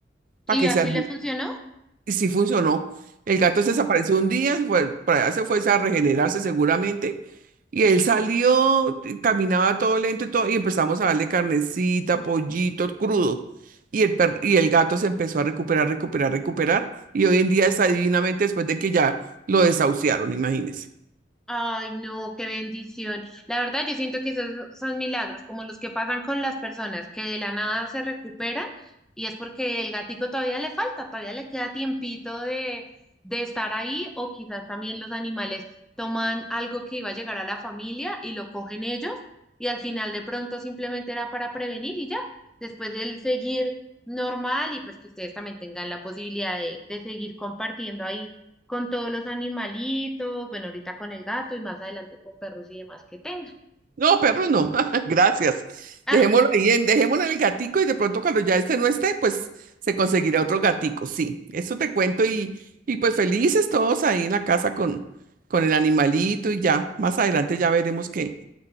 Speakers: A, in the centre; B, on the right (about 50°).
A: ¿Y
B: para que
A: así
B: sea bien.
A: le funcionó?
B: Y sí funcionó. El gato se desapareció un día, se fue, para allá se fue a regenerarse seguramente. Y él salió, y caminaba todo lento y todo, y empezamos a darle carnecita, pollito, crudo. Y el, per- y el gato se empezó a recuperar, recuperar, recuperar. Y hoy en día está divinamente después de que ya lo desahuciaron, imagínense
A: Ay, no, qué bendición. La verdad, yo siento que esos son milagros, como los que pasan con las personas que de la nada se recuperan y es porque el gatico todavía le falta, todavía le queda tiempito de, de estar ahí o quizás también los animales toman algo que iba a llegar a la familia y lo cogen ellos y al final de pronto simplemente era para prevenir y ya, después el seguir normal y pues que ustedes también tengan la posibilidad de, de seguir compartiendo ahí con todos los animalitos, bueno, ahorita con el gato y más adelante con perros y demás que tengan.
B: No, perro, no. <laughs> Gracias.
A: Ah,
B: Dejémoslo ahí, en, dejémoslo en el gatico y de pronto cuando ya este no esté, pues se conseguirá otro gatico. Sí, eso te cuento y, y pues felices todos ahí en la casa con, con el animalito y ya. Más adelante ya veremos qué,